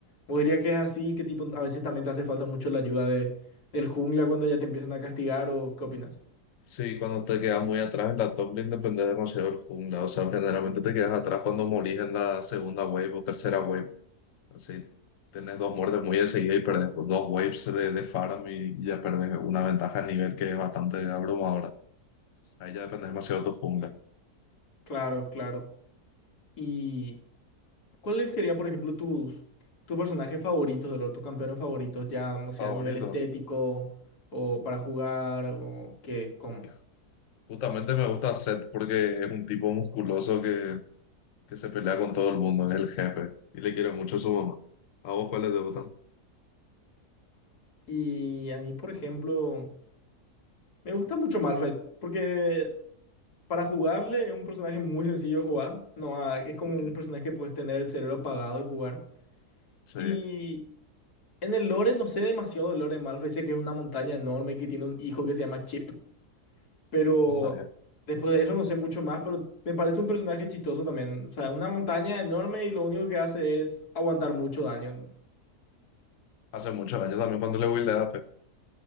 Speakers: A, on the left; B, on the left.
A: O diría que es así, que tipo, a veces también te hace falta mucho la ayuda de, del jungla cuando ya te empiezan a castigar o qué opinas.
B: Sí, cuando te quedas muy atrás en la top lane depende demasiado del jungla. O sea, generalmente te quedas atrás cuando morís en la segunda wave o tercera wave. Así, tenés dos muertes muy de seguida y perdés con dos waves de, de Pharah y ya perdés una ventaja a nivel que es bastante abrumadora. Ahí ya depende demasiado de tu jungla.
A: Claro, claro. ¿Y cuáles serían, por ejemplo, tus, tus personajes favoritos de LoL, tus campeones favoritos, ya, no
B: Favorito.
A: sea, a nivel estético o para jugar o qué, cómo?
B: Y justamente me gusta Zed porque es un tipo musculoso que, que se pelea con todo el mundo, es el jefe. Y le quiero mucho a su mamá. ¿A vos cuáles te gustan?
A: Y a mí, por ejemplo, me gusta mucho Malphite, porque Para jugarle es un personaje muy sencillo de jugar. No, ah, es como
B: Ujú.
A: un personaje que puedes tener el cerebro apagado y jugar.
B: Sí,
A: Y
B: eso
A: en el lore no sé demasiado del lore de Malphite. Sé que es una montaña enorme y que tiene un hijo que se llama Chip. Pero
B: no sabía.
A: después de eso no sé mucho más. Pero me parece un personaje chistoso también. O sea, una montaña enorme y lo único que hace es aguantar mucho daño.
B: Hace muchos años también cuando le voy a